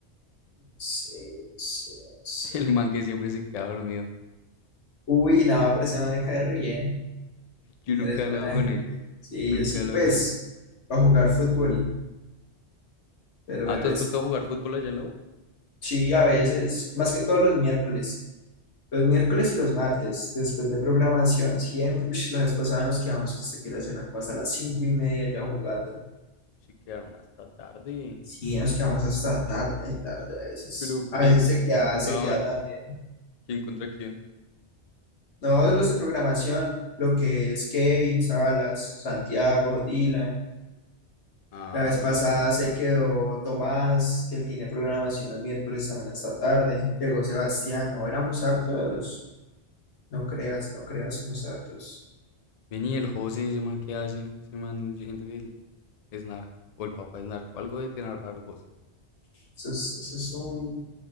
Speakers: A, on the left; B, on the left.
A: No sé, no sé, no sé.
B: <laughs> El man que siempre se queda dormido.
A: Uy, nada, pero ese man me cae re bien.
B: Yo nunca
A: Eres
B: he
A: buena
B: hablado con
A: gente.
B: él.
A: Sí,
B: Nunca
A: yo sí.
B: he hablado
A: Pues,
B: con él.
A: para jugar fútbol, pero
B: Ah,
A: de resto.
B: ¿tú has vuelto a jugar fútbol allá en la U?
A: Sí, a veces, más que todos los miércoles, los miércoles y los martes, después de programación, siempre, ush, la vez pasada nos quedamos hasta que era la cosa, a las cinco y media ya jugando.
B: Sí, quedaron hasta tarde.
A: Sí,
B: Ush,
A: nos quedamos hasta tarde, tarde a veces.
B: pero
A: A
B: ¿qué?
A: veces
B: ¿Con
A: se queda,
B: quién jugaban?
A: se queda también.
B: ¿O quién contra quién?
A: No, los de programación, lo que es Kevin, Salas, Santiago, Dylan.
B: Ah,
A: La vez
B: bueno.
A: pasada se quedó Tomás, que él tiene programación los miércoles también hasta tarde. Llegó Sebastián, no, éramos hartos. No creas, no creas, somos hartos.
B: Vení, el José, ese man, ¿qué hace? Ese man, yo siento que él es narco. O el papá es narco. Algo de tener raro, José.
A: Eso es, eso es un,